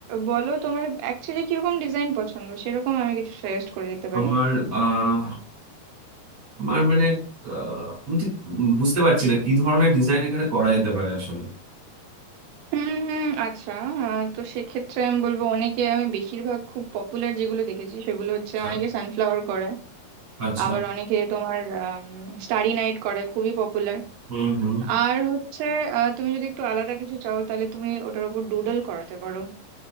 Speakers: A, on the right; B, on the right.
A: বলো তোমার অ্যাকচুয়ালি কিরকম ডিজাইন পছন্দ? সেরকম আমি কিছু সাজেস্ট করে দিতে পারি।
B: আমার আহ, আমার মানে আহ, আমি ঠিক বুঝতে পারছি না কি ধরনের ডিজাইন এখানে করা যেতে পারে আসলে
A: উম আচ্ছা আহ, তো সেক্ষেত্রে আমি বলবো অনেকে আমি বেশিরভাগ খুব পপুলার যেগুলো দেখেছি সেগুলো হচ্ছে
B: আচ্ছা
A: অনেকে সানফ্লাওয়ার করে
B: আচ্ছা
A: আবার অনেকে তোমার স্টারি নাইট করে খুবই পপুলার
B: হুম হুম
A: আর হচ্ছে আহ, তুমি যদি একটু আলাদা কিছু চাও তাহলে তুমি ওটার উপর ডুডল করাতে পারো